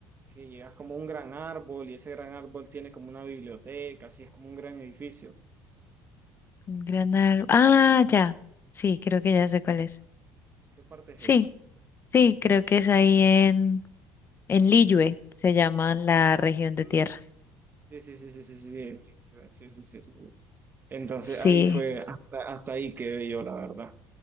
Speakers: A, on the right (about 30°); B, on the left (about 35°).
A: que llegas como a un gran árbol y ese gran árbol tiene como una biblioteca, así es como un gran edificio.
B: Un Gran árbol. Ah, ya. Sí, creo que ya sé cuál es.
A: ¿Qué parte es
B: Sí,
A: esa?
B: sí, creo que es ahí en, en Liyue, se llama la región
A: Mm,
B: de tierra.
A: Sí, sí, sí, sí, sí, sí, sí, sí, sí, sí, sí. sí. Entonces
B: Sí.
A: ahí fue, hasta, hasta ahí quedé yo, la verdad.